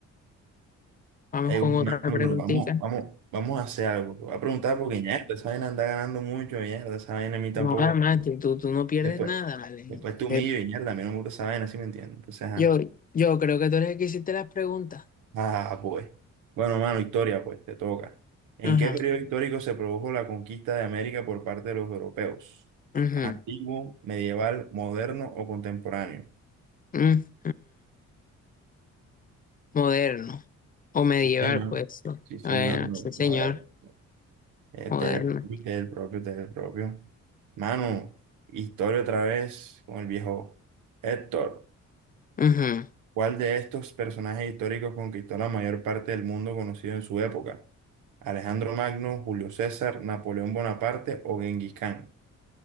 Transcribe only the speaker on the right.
Ey,
bueno,
hermano,
pero vamos, vamos, vamos a hacer algo. Te voy a preguntar porque mierda, esa vaina anda ganando mucho, mierda, esa vaina a mí tampoco.
Después,
después tú
humillo y mierda, a mí no me gusta esa vaina, ¿sí me entiendes? Entonces, ajá.
Ah, pues. Bueno, mano, historia, pues, te toca. ¿En
qué periodo histórico se produjo la conquista de América por parte de los europeos?
¿Antiguo, medieval, moderno o contemporáneo?
Sí, señor.
Sí, señor,
no,
moderno. Este
es el, este propio, este propio. Mano, historia otra vez con el viejo Héctor.
¿Cuál de estos personajes históricos conquistó la mayor parte del mundo conocido en su época? ¿Alejandro Magno, Julio César, Napoleón Bonaparte o Genghis Khan?